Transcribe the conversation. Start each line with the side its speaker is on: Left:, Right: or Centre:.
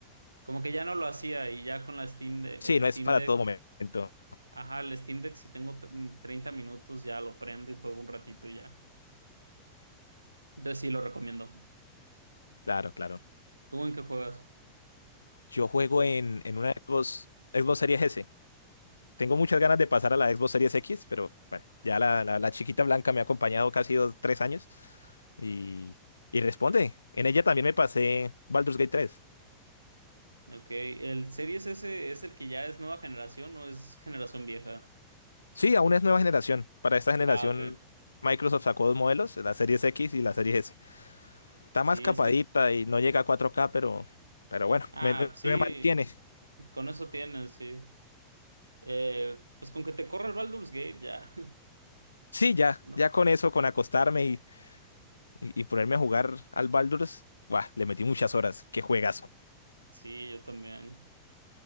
Right: como que ya no lo hacía y ya con la Steam de-
Left: Sí,
Right: el
Left: no
Right: Steam
Left: es para
Right: Deck,
Left: todo momento.
Right: ajá, el Steam Deck si tengo t- mm, 30 minutos ya lo prendo y juego un ratito y ya. Entonces sí lo recomiendo.
Left: Claro, claro.
Right: ¿Tú en qué juegas?
Left: Yo juego en, en una Xbox, Xbox Series S. Tengo muchas ganas de pasar a la Xbox Series X, pero bueno, ya la, la, la chiquita blanca me ha acompañado casi dos, tres años y, y responde. En ella también me pasé Baldur's Gate 3.
Right: Ok, ¿el Series S es el que ya es nueva generación o es generación vieja?
Left: Sí, aún es nueva generación. Para esta generación,
Right: Ah, ok.
Left: Microsoft sacó dos modelos, la Series X y la Series S. Está
Right: Sí,
Left: más capadita
Right: es que
Left: y no llega a 4K, pero, pero bueno,
Right: Ah,
Left: me, me-
Right: sí,
Left: me mantiene.
Right: con eso tienes, sí. Eh, pues con que te corra el Baldur's Gate ya,
Left: Sí, ya,
Right: <laughs> ¿no?
Left: ya con eso, con acostarme y y, y ponerme a jugar al Baldur's, ¡buah! le metí muchas horas. ¡Qué juegazo!
Right: Sí, yo también.